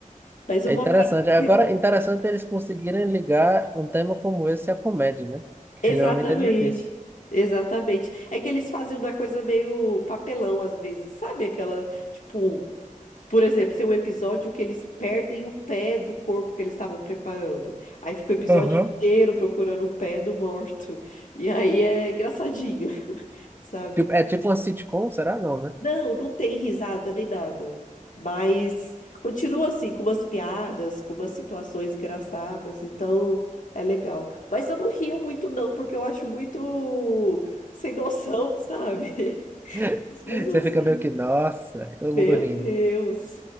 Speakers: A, on the left; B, on the right.
A: Mas
B: É
A: eu vou
B: interessante.
A: atrás
B: Agora,
A: de
B: interessante eles conseguirem ligar um tema como esse à comédia, né? <laughs>
A: Exatamente.
B: Geralmente é difícil.
A: Exatamente. É que eles fazem uma coisa meio papelão às vezes, sabe? Aquela, tipo, por exemplo, tem um episódio que eles perdem o pé do corpo que eles estavam preparando. Aí fica o episódio
B: Aham.
A: inteiro procurando o pé do morto. E aí é engraçadinho, <laughs> sabe?
B: Tipo, é tipo uma sitcom, será? Não, né?
A: Não, não tem risada nem nada. Mas continua assim, com umas piadas, com umas situações engraçadas. Então é legal. Mas eu não rio muito, não, porque eu acho muito sem noção, sabe?
B: <laughs>
A: <laughs> Mas mesmo
B: Você
A: assim.
B: fica meio que, nossa, e todo
A: Meu
B: mundo rindo.
A: Deus!